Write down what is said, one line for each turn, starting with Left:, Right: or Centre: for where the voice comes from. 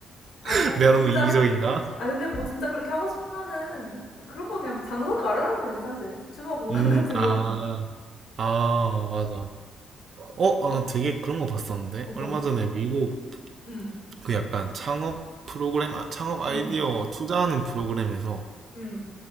Left: 아,
Right: <laughs>
Left: 뭐,
Right: 내가 너무
Left: 진짜.
Right: 이기적인가?
Left: 아, 근데 뭐 진짜 그렇게 하고 싶으면은 그런 거 그냥 장소는 마련하면 되지, 사실. 추모 공간
Right: 음,
Left: <laughs> 같은
Right: 아,
Left: 건.
Right: 아, 맞아. 어?
Left: 그냥
Right: 아, 되게 그런 거 봤었는데?
Left: 어떤
Right: 얼마
Left: 거, 어떤
Right: 전에
Left: 거?
Right: 미국
Left: 음,
Right: 그 약간 창업 프로그램, 아, 창업 아이디어
Left: 음,
Right: 투자하는 프로그램에서
Left: 음,